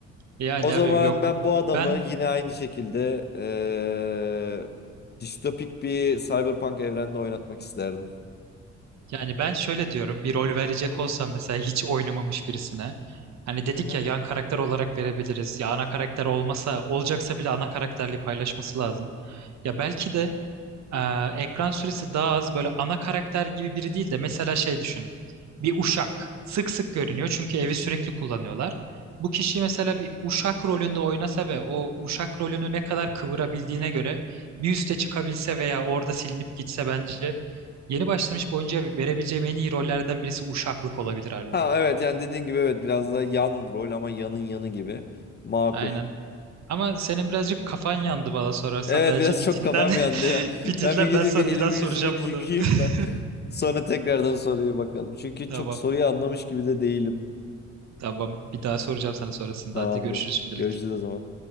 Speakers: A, on the right; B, on the left.
A: Yani
B: O zaman
A: abi yok
B: ben bu adamı
A: ben
B: yine aynı şekilde eee, distopik bir cyberpunk evrende oynatmak isterdim.
A: yani ben şöyle diyorum bir rol verecek olsam mesela hiç oynamamış birisine hani dedik
B: Hı hı.
A: ya yan karakter olarak verebiliriz ya ana karakter olmasa olacaksa bile ana karakterliği paylaşması lazım. Ya belki de Ee, ekran süresi daha az böyle ana karakter gibi biri değil de mesela şey düşün. Bir uşak sık sık görünüyor çünkü evi sürekli kullanıyorlar. Bu kişi mesela bir uşak rolünde oynasa ve o uşak rolünü ne kadar kıvırabildiğine göre bir üste çıkabilse veya orada silinip gitse bence yeni başlamış bir oyuncuya verebileceğim en iyi rollerden birisi uşaklık olabilir harbiden.
B: Ha evet yani dediğin gibi evet biraz da yan rol ama yanın yanı gibi. Makul.
A: Aynen. Ama senin birazcık kafan yandı bana sorarsa
B: Evet
A: bence
B: biraz
A: bir
B: çok
A: dinlen
B: kafam yandı
A: <laughs>
B: ya.
A: bir
B: <laughs>
A: dinlen
B: Ben bir gideyim
A: ben sana
B: bir elimi
A: bir daha soracağım
B: yüzümü bir
A: bunu.
B: yıkayayım
A: <laughs>
B: da <laughs> sonra tekrardan soruya bakalım. Çünkü
A: Tamam.
B: çok soruyu anlamış gibi de değilim.
A: Tamam. Bir daha soracağım sana sonrasında.
B: Tamamdır.
A: Hadi görüşürüz şimdilik.
B: Görüşürüz o zaman.